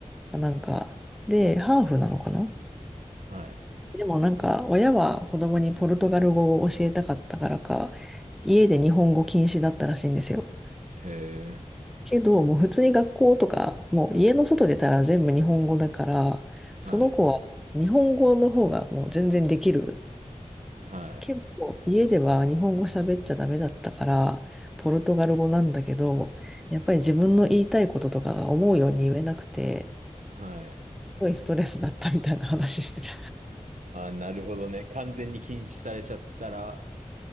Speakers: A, in the centre; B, on the right.
A: かなんか、で、ハーフなのかな
B: はい。
A: でもなんか親は子供にポルトガル語を教えたかったからか、家で日本語禁止だったらしいんですよ。
B: へえ。
A: けど、もう普通に学校とか、もう家の外出たら全部日本語だから、
B: はい。
A: その子は日本語の方がもう全然できる。
B: はい。
A: けど、家では日本語喋っちゃダメだったから、ポルトガル語なんだけど、やっぱり自分の言いたいこととかが思うように言えなくて、
B: はい。
A: すごいストレスだったみたいな話してた。
B: あなるほどね。完全に禁止されちゃったら、